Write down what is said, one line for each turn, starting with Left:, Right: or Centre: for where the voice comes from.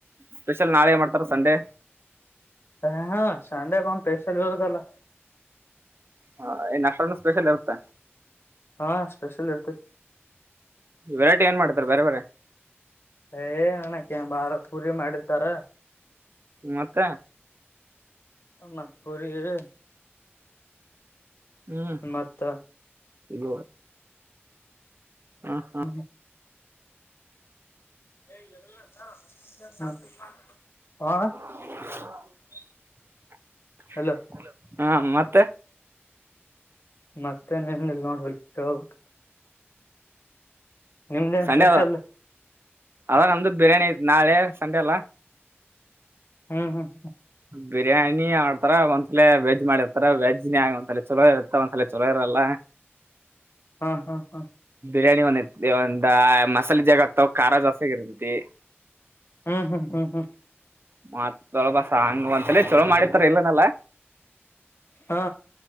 Right: ಸ್ಪೆಷಲ್ ನಾಳೆ ಏನ್ ಮಾಡ್ತಾರ ಸಂಡೆ?
Left: ಹ ಹಾ ಸಂಡೆಕೊಮ್ಮ ಸ್ಪೆಷಲ್ ಇರೋದಲಾ.
Right: ಹ ಏನ್ ನಾಷ್ಟಾನೂ ಸ್ಪೆಷಲ್ ಇರುತ್ತ?
Left: ಹಾ ಸ್ಪೆಷಲ್ ಇರ್ತೈತಿ.
Right: ವೆರೈಟಿ ಏನ್ ಮಾಡ್ತಾರ ಬ್ಯಾರೆ ಬ್ಯಾರೆ?
Left: ಏ ಅನಕ ಏನ್ ಭಾಳ ಪೂರಿ ಮಾಡಿರ್ತಾರ.
Right: ಮತ್ತೆ.
Left: ಮತ್ ಪುರಿ ಜೋಡಿ
Right: ಹ್ಮ್
Left: ಮತ್ತ
Right: ಇಗ ಹಾ ಹಾ
Left: <inaudible> <unintelligible> ಹ
Right: <inaudible>
Left: ಹಲೋ
Right: ಹಾ ಮತ್ತೆ
Left: ಮತ್ತೆನ್ ಏನಿಲ್ ನೋಡ್ ಬೈ ಹೇಳಬೆಕ್. ನಿಮ್ದೇನ್
Right: ಸಂಡೆ
Left: ಸ್ಪೆಷಲ್
Right: ಅದ ಅದ ನಮ್ದ ಬಿರಿಯಾನಿ ಇತ್ ನಾಳೆ ಸಂಡೆ ಅಲಾ.
Left: ಹ್ಮ್ ಹ್ಮ್
Right: ಬಿರಿಯಾನಿ ಆಡ್ತಾರ ಒಂದ್ಸಲ ವೆಜ್ ಮಾಡಿರ್ತಾರ ವೆಜ್ನೇ ಆಗ ಒಂದ್ಲ ಚಲೋ ಇರತ್ತ ಒಂದ್ಸಲ ಚಲೋ ಇರಲ್ಲ.
Left: ಹಾ ಹಾ ಹಾ
Right: ಬಿರಿಯಾನಿ ಒಂದೈತಿ ಒಂದ ಮಸಾಲೆ ಜಗ್ಗ ಹಾಕ್ತಾವ್ ಖಾರ ಜಾಸ್ತಿ ಆಗರ್ತೈತಿ.
Left: ಹ್ಮ್ ಹ್ಮ್ ಹ್ಮ್ ಹ್ಮ್
Right: ಮತ ದೊಳ ಬಸ ಹಂಗ ಒಂದಸಲ ಚಲೋ ಮಾಡಿರ್ತಾರ್ ಇಲ್ಲ ಅನಲ್ಲ.
Left: ಹಾ